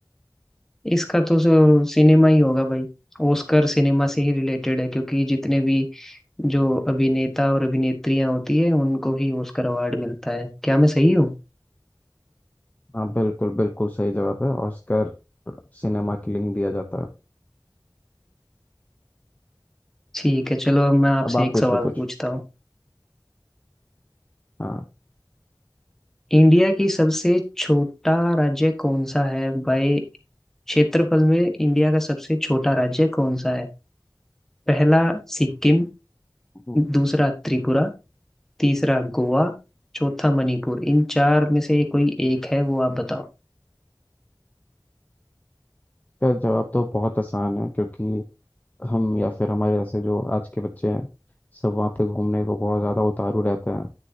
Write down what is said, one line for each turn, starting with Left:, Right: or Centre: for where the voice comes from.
Centre: इसका तो सो- सिनेमा ही होगा भाई ओस्कर सिनेमा से ही रिलेटेड है क्योंकि जितने भी जो अभिनेता और अभिनेत्रियां होती है उनको ही ओस्कर अवार्ड मिलता है क्या मैं सही हूँ
Left: हाँ बिल्कुल बिल्कुल सही जवाब है ऑस्कर सिनेमा के लिए ही दिया जाता है
Centre: ठीक है चलो अब मैं आपसे
Left: अब आप
Centre: एक
Left: पूछो
Centre: सवाल
Left: कुछ
Centre: पूछता हूँ
Left: हाँ
Centre: इंडिया की सबसे छोटा राज्य कौन सा है भाई क्षेत्रफल में इंडिया का सबसे छोटा राज्य कौन सा है पहला सिक्किम
Left: इसका
Centre: दूसरा त्रिपुरा तीसरा गोवा चौथा मणिपुर इन चार में से कोई एक है वो आप बताओ
Left: जवाब तो बहुत आसान है क्योंकि हम या फिर हमारे जैसे जो आज के बच्चे हैं सब वहाँ पे घूमने को बहुत ज़्यादा उतारू रहते हैं